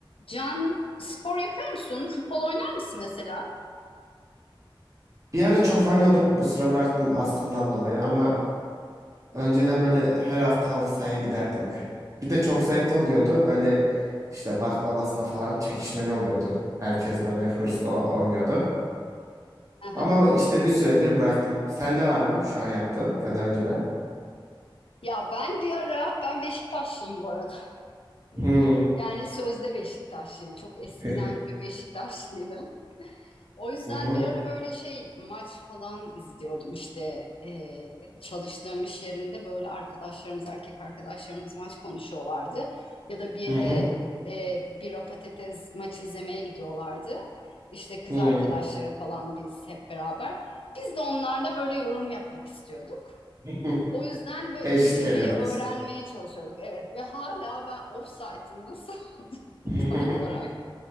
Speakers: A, on the left (about 80°); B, on the right (about 35°).
A: Can spor yapıyor musun? Futbol oynar mısın mesela?
B: Bir ara çok oynuyordum. Bu sıra bıraktım astımdan dolayı ama önceden böyle her hafta halı sahaya giderdim bir. Bir de çok zevkli oluyordu. Böyle işte baklavasına falan çekişmeli oluyordu. Herkes böyle hırslı o- oynuyordu.
A: Aha.
B: Ama işte bir süredir bıraktım. Sende var mı şu an yaptığın ya da önceden?
A: Ya ben bir ara ben Beşiktaşlıyım bu arada. <laughs>
B: Hmm.
A: Yani sözde Beşiktaşlıyım. Çok eskiden
B: <laughs>
A: bir Beşiktaşlıydım. O yüzden
B: Hı hı.
A: bir ara böyle şey maç falan izliyordum işte Ee, çalıştığım iş yerinde böyle arkadaşlarımız erkek arkadaşlarımız maç konuşuyorlardı ya da bir yere
B: Hı hı.
A: e, bira patates maç izlemeye gidiyorlardı işte kız
B: Hı.
A: arkadaşları falan biz hep beraber biz de onlarla böyle yorum yapmak istiyorduk.
B: <laughs>
A: O yüzden böyle
B: Eşlik
A: izlemeyi
B: ediyordunuz.
A: öğrenmeye çalışıyorduk evet ve hala ben ofsaytın nasıl <laughs> olduğunu
B: <laughs>
A: tam olarak